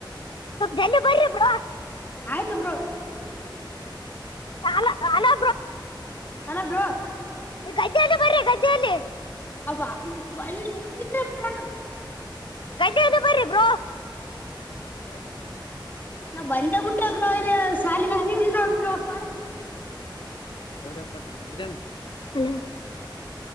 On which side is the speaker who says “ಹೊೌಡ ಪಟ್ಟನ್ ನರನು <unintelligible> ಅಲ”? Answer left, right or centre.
Left